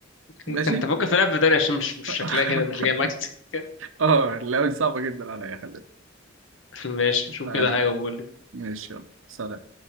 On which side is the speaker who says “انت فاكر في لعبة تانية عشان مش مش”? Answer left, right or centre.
Left